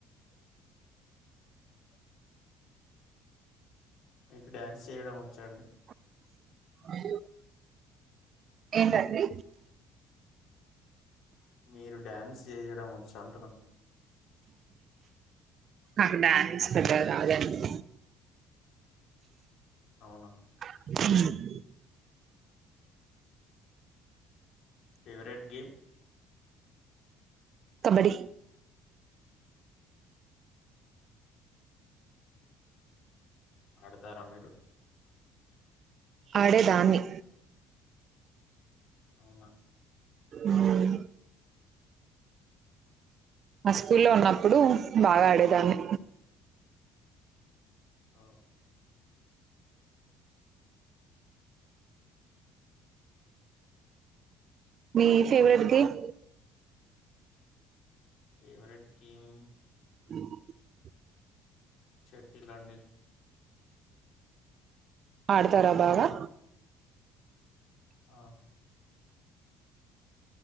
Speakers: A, on the left (about 65°); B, on the right (about 50°).
A: మీకు డ్యాన్స్ చేయడం వచ్చాఅండి
B: <unintelligible> ఏంటండి
A: మీరు డ్యాన్స్ చేయడం వచ్చా అంటున్నా మీ
B: నాకు డ్యాన్స్ పెద్ధగా రాదండి
A: అవునా
B: <inaudible>
A: ఫేవరెట్ గేమ్
B: కబడ్డి
A: ఆడతారా మీరు
B: ఆడేదాన్ని
A: అవునా
B: మ్మ్ మా స్కూల్ లో ఉన్నప్పుడు బాగా ఆడేదాన్ని
A: ఆ
B: మీ ఫెవరెట్ గేమ్
A: ఫేవరెట్ గేమ్
B: <inaudible>
A: శేట్టిల్ అండి
B: ఆడతారా బాగా
A: ఆ